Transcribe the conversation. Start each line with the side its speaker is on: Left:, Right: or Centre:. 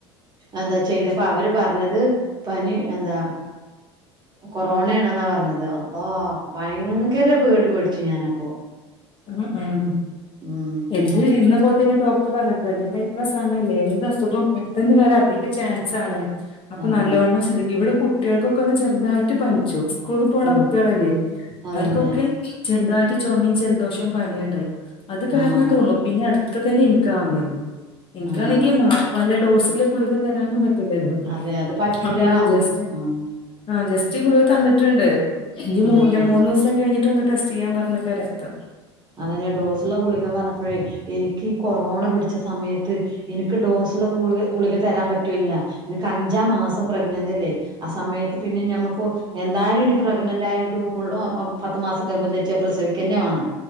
Right: എന്താ ചെയ്തപ്പ അവര് പറഞ്ഞത് പനി എന്താ കൊറോണെണാ ന്നാ പറഞ്ഞത് അള്ളാ ഭയ. ങ്കര പേടി പേടിച്ചു ഞാനപ്പോ.
Left: ഉം ഉം
Right: ഉം
Left: എന്ത് ചെയ്യുന്നു ഇപ്പോതന്നെ ഡോക്ടർ പറഞ്ഞേക്കുവാ എന്റെ <unintelligible> സമയില്ലേ എന്ത് അസുഖോം പെട്ടെന്ന് വരാൻ അധിക ചാൻസാണ്. അപ്പൊ
Right: അതെ
Left: നല്ലവണ്ണം ശ്രെധിക്കെ ഇവിടെ കുട്ടികൾക്കൊക്കെ ഒന്ന് ചെറുതായി റ്റി പനിച്ചു സ്കൂളിൽ പോണ
Right: ഉം
Left: കുട്ടികളല്ലേ
Right: അതന്നെ
Left: അവർക്കൊക്കെ ചെറുതായിട്ട് ചൊമയും ചെർ മ്പനിയുണ്ടായി അത് കാരണാതോന്നു
Right: ആഹ്
Left: പിന്നെ അടു ഇപ്പ തന്നെ എന്ക്കാ വന്നത് എനിക്കാണെങ്കി
Right: ആഹ്
Left: മാർ വന ഡോസില് ഗുളിക തരാനും പ റ്റൂല്ലല്ലോ
Right: അതെ അത് പറ്റൂല
Left: അപ്പൊ ജസ്റ്റ്
Right: ആ
Left: ആ ജസ്റ്റ് ഗുളിക തന്നിട്ടുണ്ട് ഇനി
Right: ആ ആ
Left: മൂന്ന് ദിവസം കഴിഞ്ഞിട്ട് വന്നിട്ട് ടെസ്റ്റ് ചെയ്യാൻ പറഞ്ഞേക്കാ രക്തം
Right: അതെന്നാ ഡോസുള്ള ഗുളിക പറഞ്ഞപ്പോഴേ എനി ക്ക് കൊറോണ പിടിച്ച സമയത്ത് എനിക്ക് ഡോസുള്ള ഗുളി ഗുളിക തരാൻ പറ്റൂല്ല, എനിക്ക് അഞ്ചാം മാസം പ്രെഗ്നന്റ് അല്ലേ ആ സമയത്ത് പിന്നെ ഞമ്മുക്ക് എന്തായാലും ഇനി പ്രെഗ്നന്റ് ആയ എനിക്ക് ഫുൾ പത്തു മാസം ഗർഭം ധരിച്ചാൽ പ്രസവിക്ക തന്നെ വേണം.